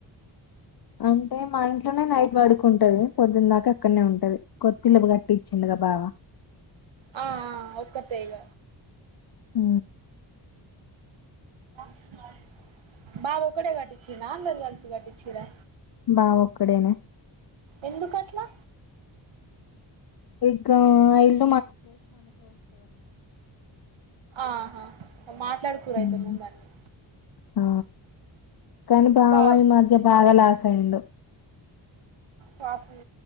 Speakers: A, on the left; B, on the right.
A: అంటే మా ఇంట్లోనే నైట్ పడుకుంటది పొద్దున దాకా అక్కడనే ఉంటది కొ త్తిళ్ళు కట్టిచ్చిండుగా బావ
B: ఆ ఆ ఒక్కతే ఇగ
A: ఆ
B: స బాబ ఒక్కడే కట్టిచిన అందరు కలిపి కట్టిచ్చిరా
A: బా ఒక్కడేనే
B: ఎందుకట్లా
A: ఇంకా ఆయిల్
B: ఆహా మాట్లాడుకోరైతే
A: ఉమ్,
B: ము దాన్ని
A: ఆ కానీ బావయి
B: బా
A: మధ్య బాగా లాస్ అయ్యిండు
B: పాపం